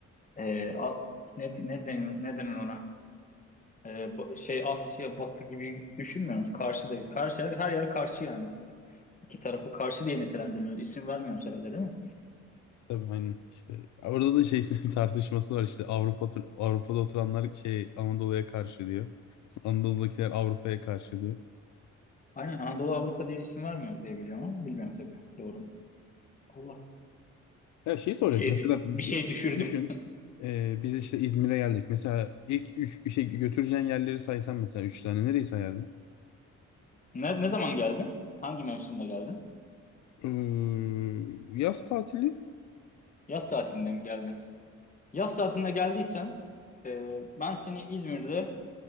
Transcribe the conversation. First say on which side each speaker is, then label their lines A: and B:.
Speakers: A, on the left; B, on the left.
A: e, a- ne, ne, denir, ne denir ona? E, ba- şey Asya Batı gibi düşünmüyoruz. Karşıdayız. Karşı her, her yer karşı yani size. İki tarafı karşı diye nitelendiriliyoruz. İsim vermiyoruz herhalde değil mi?
B: Tabii aynen işte orada da şey <laughs> tartışması var işte Avrupa tur- Avrupa'da oturanlar şey Anadolu'ya karşı diyor. Anadolu'dakiler Avrupa'ya karşı diye.
A: Aynen Anadolu Avrupa diye isim vermiyoruz diye biliyorum ama bilmiyorum tabii. Doğru mu? Allah.
B: Ya şeyi soracak
A: Bir şey
B: mesela
A: dü-
B: bir-
A: bir şey
B: işte
A: düşürdüm.
B: düşün e, biz işte İzmir'e geldik. Mesela ilk üç işe götüreceğin yerleri saysan mesela üç tane nereyi sayardın?
A: Ne ne zaman geldin? Hangi mevsimde geldin?
B: Ee, yaz tatili
A: Yaz tatilinde mi geldin? Yaz tatilinde geldiysen e, ben seni İzmir'de